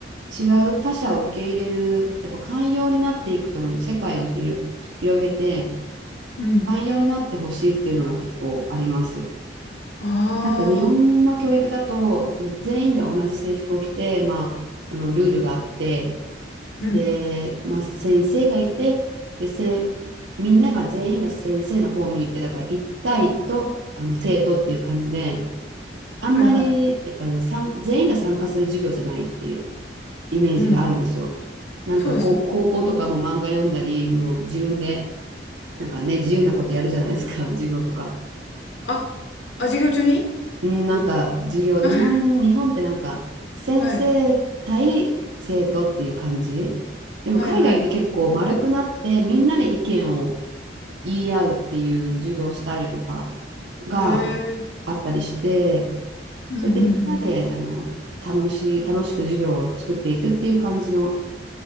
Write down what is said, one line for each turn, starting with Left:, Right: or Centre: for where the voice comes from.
Right: 違う他者を受け入れる、やっぱ寛容になっていくと思う。世界をひろ広げて、
Left: うん。
Right: 寛容になってほしいっていうのが結構あります。
Left: ああ、
Right: なんか日本の教育だと、まあ、全員が同じ制服を着て、まあ、あのルールがあって、
Left: うん。
Right: で、まあ、先生がいて、で、せ、みんなが全員が先生の方を向いて、だから一対とあの生徒っていう感じで、あんまりやっぱ、
Left: はいはい。
Right: ね、参全員が参加する授業じゃないっていうイメージがあるんですよ。
Left: うん。
Right: なんかこう高校とかも漫画読んだり、
Left: そうですね。
Right: もう自分でなんかね、自由なことやるじゃないですか、<laughs> 授業とか。
Left: あ、あ、授業中に
Right: うん、なんか授業、日本、
Left: <laughs>
Right: 日本ってなんか先生対生徒っていう感じ。
Left: はい。
Right: でも海外って結構丸くなってみんなで意見を
Left: はいはいは
Right: 言い合うっていう授業スタイルとかが
Left: い。へえ。
Right: あったりして、
Left: うんうん
Right: それでみんなであの楽しい、楽しく授業を作っていくっていう感じの、